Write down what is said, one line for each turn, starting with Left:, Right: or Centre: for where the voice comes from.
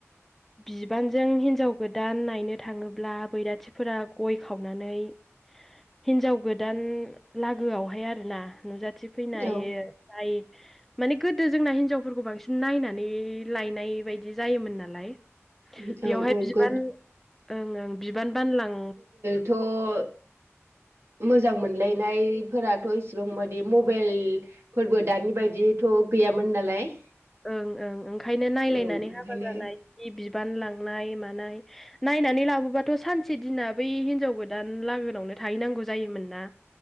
Centre: बिबानजों हिन्जाव गोदान नायनो थाङोब्ला बैराथिफोरा गय खावनानै हिनजाव गोदान लागोआवहाय आरो ना नुजाथिफैनो हायो।
Right: औ
Centre: जायो माने गोदो जोंना हिनजावफोरखौ बांसिन नायनानै लायनाय बायदि जायोमोन ना नालाय
Right: औ
Centre: बेवहाय
Right: औ
Centre: बिबान
Right: गोद
Centre: ओं ओं बिबान बानलां
Right: थ' मोजां मोनलायनायफोराथ' इसिबांबादि मबेइल फोरबो दानि बायदिथ' गैयामोन नालाय।
Centre: ओं ओं ओंखायनो नायलायनानै
Right: औ ओंखायनो
Centre: हाबा जानाय जि बिबान लांनाय मानाय। नायनानै लाबोबाथ' सानसे दिना बै हिनजाव गोदान लागोनावनो थाहैनांगौ जायोमोन ना।